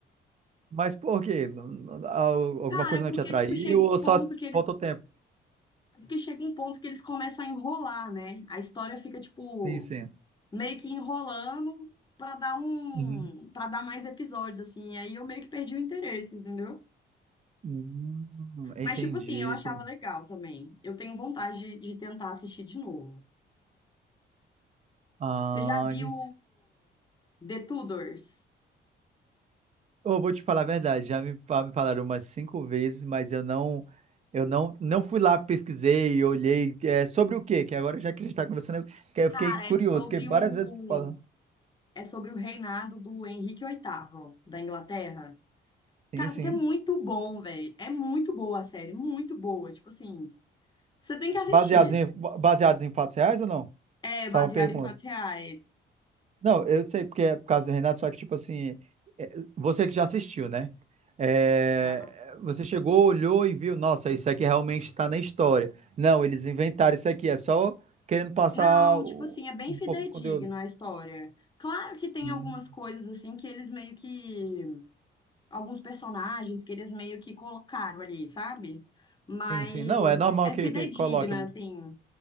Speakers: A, on the right; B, on the left.
A: Mas por quê? Não- não- al- Alguma
B: Cara,
A: coisa
B: é
A: não
B: porque,
A: te atraiu
B: tipo, chega
A: ou
B: um ponto
A: só
B: que eles.
A: faltou tempo?
B: é Porque chega um ponto que eles começam a enrolar, né? A história fica, tipo,
A: Sim, sim.
B: meio que enrolando pra dar um.
A: Uhum.
B: pra dar mais episódios, assim. E aí eu meio que perdi o interesse, entendeu?
A: Hum, entendi,
B: Mas, tipo assim, eu achava
A: entendi.
B: legal também. Eu tenho vontade de, de tentar assistir de novo.
A: Ah,
B: Você já viu
A: de-
B: The Tudors?
A: eu vou te falar a verdade, já me, fa- me falaram umas cinco vezes, mas eu não, eu não, não fui lá, pesquisei, olhei, é, sobre o quê? Que agora já que a gente está conversando, que eu
B: Cara,
A: fiquei curioso,
B: é sobre
A: porque várias
B: o
A: vezes falando.
B: é sobre o reinado do Henrique VIII da Inglaterra.
A: Sim,
B: Cara,
A: sim.
B: isso aqui é muito bom, velho. É muito boa a série, muito boa. Tipo assim, você tem que assistir.
A: Baseados em, baseados em fatos reais ou não?
B: É
A: Só
B: baseado
A: uma pergunta.
B: em fatos reais.
A: Não, eu sei porque é por causa do Renato, só que, tipo assim, é, você que já assistiu, né? É,
B: Aham.
A: você chegou, olhou e viu, nossa, isso aqui realmente está na história. Não, eles inventaram isso aqui, é só querendo passar
B: Não,
A: o-
B: tipo assim, é bem
A: um
B: fidedigno
A: pouco do conteúdo.
B: a história. Claro que tem
A: Hum,
B: algumas coisas assim que eles meio que alguns personagens que eles meio que colocaram ali, sabe? Mas
A: sim, sim. Não, é normal
B: é
A: que,
B: fidedigna,
A: que coloque um.
B: assim.